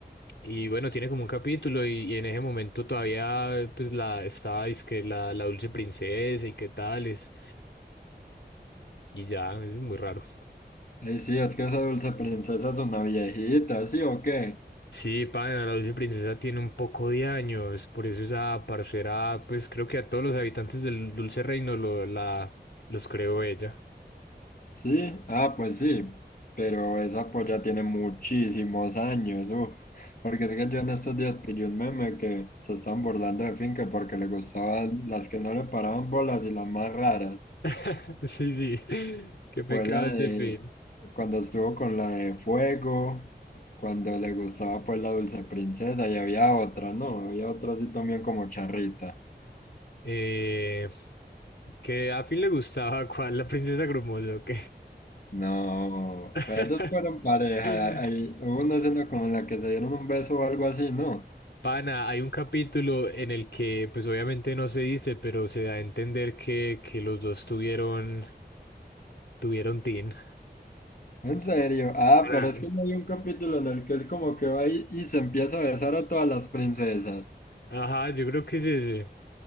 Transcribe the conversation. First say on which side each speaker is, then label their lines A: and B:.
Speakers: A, on the left; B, on the left.
A: y bueno, tiene como un capítulo y, y en ese momento todavía pues la estaba, que la, la dulce princesa y qué tales. Y ya, eso es muy raro.
B: Eh, sí, es que esa dulce princesa es una viejita, ¿sí o qué?
A: Sí, pana, la dulce princesa tiene un poco de años, por eso esa parcera, pues creo que a todos los habitantes del dulce reino lo, la, los creó ella.
B: Sí, ah, pues sí, pero esa polla tiene muchísimos años, uf, porque sé que yo en estos días pillé un meme que se están burlando de Finca porque le gustaban las que no le paraban bolas y las más raras.
A: <laughs> Sí, sí, qué pecado
B: Fue la
A: ese
B: de
A: fin.
B: cuando estuvo con la de Fuego, cuando le gustaba pues la Dulce Princesa y había otra, ¿no? Había otra así también como Charrita.
A: Eh, que a Finn le gustaba, ¿cuál? La princesa Grumoso, ¿o qué?
B: No,
A: <laughs>
B: pero ellos fueron pareja, hay, hubo una escena como en la que se dieron un beso o algo así, ¿no?
A: Pana, hay un capítulo en el que, pues obviamente no se dice, pero se da a entender que, que los dos tuvieron, tuvieron teen.
B: En serio, ah,
A: Pana,
B: pero es que no hay un capítulo en el que él como que va y, y se empieza a besar a todas las princesas.
A: Ajá, yo creo que es ese.